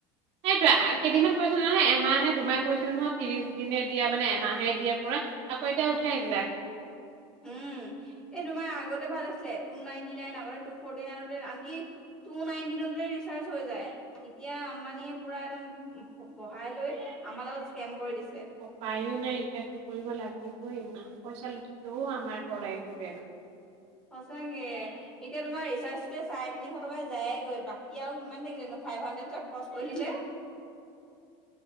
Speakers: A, on the right; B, in the centre.
A: সেইটোয়ে, কেইদিনমান কৰিছিলোঁ নহয় এমাহ নে দুমাহ কৰিছিলোঁ নহয়, ত্ৰিশ দিনে দিয়া, মানে এমাহে দিয়া, পুৰা, আকৌ এতিয়া উঠাই দিলে।
B: উম! এই তোমাৰ আগতে ভাল আছিলে, পু নাইন্টি নাইন আগতে টু ফৰটি নাইনতে আনকি, পু ফৰটি নাইনতে ৰিচাৰ্জ হৈ যায়। এতিয়া আম্বানীয়ে পুৰা একদম বঢ়াই লৈ, আমাৰ‌ লগত স্কেম কৰি দিছে।
A: উপায়ো নাই, এতিয়া কৰিব লাগিবই, ইমান পইচা লুটে ও আমাৰ পৰাই এইবোৰে মানে।
B: সঁচাকে, এতিয়া তোমাৰ ৰিচাৰ্জটোতে চাৰে তিনিশ টকা যায়েগৈ, বাকী আৰু কিমান থাকিলেনো ফাইভ হাণ্ড্ৰেড খৰচ কৰিলে।